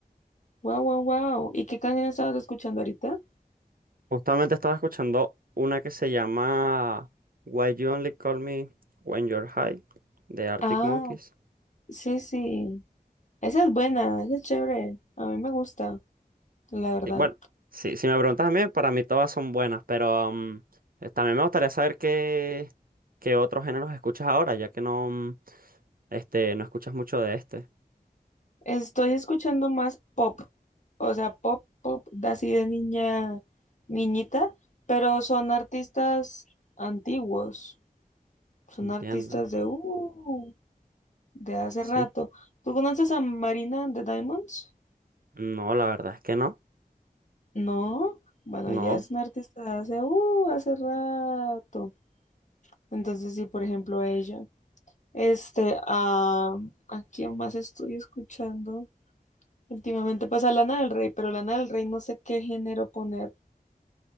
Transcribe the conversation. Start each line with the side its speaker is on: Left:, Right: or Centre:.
Left: Wow, wow, wow. ¿Y qué canción estabas escuchando ahorita?
Right: Justamente estaba escuchando una que se llama Why You Only Call Me When You're High de Arctic
Left: Ah,
Right: Monkeys.
Left: sí, sí. Esa es buena, esa es chévere. A mí me gusta, la verdad.
Right: Y bueno, sí, si me preguntas a mí, para mí todas son buenas, pero mm, eh, también me gustaría saber qué, qué otros géneros escuchas ahora, ya que no, mm, este, no escuchas mucho de este.
Left: Estoy escuchando más pop, o sea, pop, pop, de así de niña, niñita, pero son artistas antiguos, son
Right: Entiendo.
Left: artistas de, uh, de hace
Right: Sí.
Left: rato. ¿Tú conoces a Marina de Diamonds?
Right: No, la verdad es que no.
Left: No, bueno,
Right: No.
Left: ella es una artista de hace, uh, hace rato. Entonces, sí, por ejemplo, ella. Este, ah, ¿a quién más estoy escuchando? Últimamente, pues a Lana del Rey, pero Lana del Rey no sé qué género ponerle.